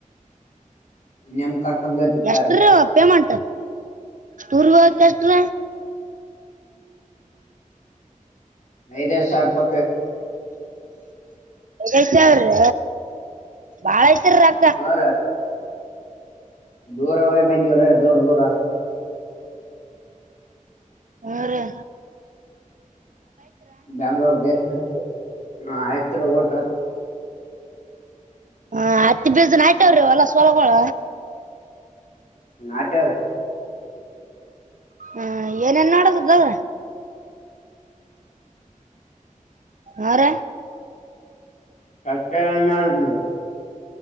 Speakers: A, on the left; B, on the right.
A: ನಿಮ್ ಕರ್ಕೊಂಡ್ ಹೋಗ್ತಿರ್ತಾರಿ
B: ಎಷ್ಟ್ರ ಪೇ ಮಾಡಂ ತೂರ್ ಕೆಷ್ಟ್ರ
A: ನದ ಸಾರ್ ಕೊ
B: ೇ ಅವ್ರ ಬಾಳ ಕ್ಕ
A: ಹಾ ರೀ ದೂರ ವಯ್ ಬಂದವ್ರ ದೂರ ದೂರ
B: ಹ ರ
A: ಬೆ್ಯಾಂಗ್ಳೂರ್ ದೇಶ ಹ ಆಯ್ತ ಊಟ
B: ಹ ಹತ್ತ ಬೀಜನ್ ಆಯ್ತವ್ರಿ ಹೊಲ್ಲ ಸೋಲಗೋಳ
A: ನಾಟರ್
B: ಹ್ಮ ಏನೇನ್ ಮಾಡೋಡದ್ದಲ್ ಹರ
A: ಹಚ್ಚನ್ನಡ್